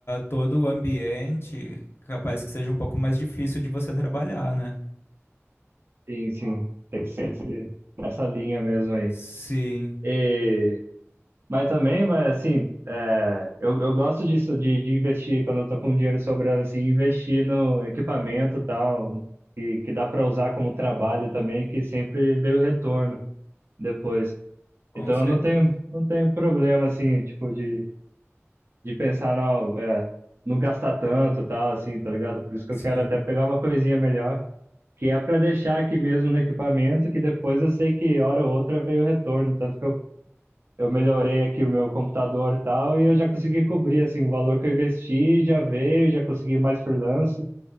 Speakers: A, on the left; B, on the right.
A: todo o ambiente, capaz que seja um pouco mais difícil de você trabalhar, né?
B: Sim, sim. Tem que ser esse- nessa linha mesmo aí.
A: Sim,
B: E, mas também, mas assim, é, eu, eu gosto disso, de, de investir, quando eu tô com dinheiro sobrando, assim, investir no equipamento e tal, que, que dá para usar como trabalho também, que sempre veio retorno depois.
A: com
B: Então
A: certeza.
B: eu não tenho, não tenho problema, assim, tipo, de de pensar, não, é, não gastar tanto, tal, assim, tá ligado? Por isso que
A: Sim.
B: eu quero até pegar uma coisinha melhor, que é para deixar aqui mesmo no equipamento, que depois eu sei que hora ou outra veio o retorno, tanto que eu, eu melhorei aqui o meu computador e tal, e eu já consegui cobrir, assim, o valor que eu investi já veio, já consegui mais freelance,